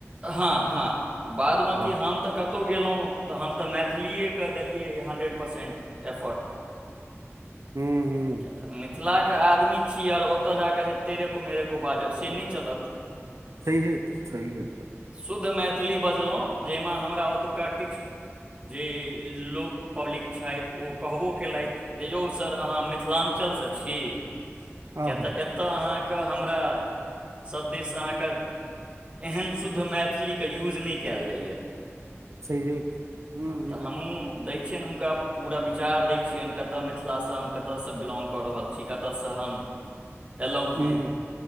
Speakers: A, on the right; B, on the right.
A: हँ हँ बादमे
B: वाह
A: किी हम तऽ कतहु गेलहुँ तऽ हम तऽ मैथिलीएकेऽ देलियै ये हन्ड्रेड परर्सेट एफर्ट <inaudible>
B: हूँ हूँ
A: मिथिलाके आदमी छी आओर ओतय जााकऽ जे तेरेेको मेरेेको बाजब से नहि चलत
B: सह होेत सह होेत
A: शुद्ध मैथिली बजलहुँ जाहिमे हमरा ओतुका किछु जे लोक पब्लिक छथि ओ कहबो कयेलथि जे यौ सर अहाँ मिथिलाञ्चल चल स छि किया
B: आ हा
A: ते
B: हा
A: एतै अहाँ क हमरा समाधि से अहाँ के एहेन शुद्ध मैथिलीके यूज नै कयल जाइए
B: से ह ह
A: हँ तऽ हमहूँ दै छियनि हुनका पूरा विचार दै छियनि कतय मिथिलासँ हम कतयसँ बिलोग कऽ रहल छी कतयसँ हम एयलहुँ हेँ
B: हूँ हूँ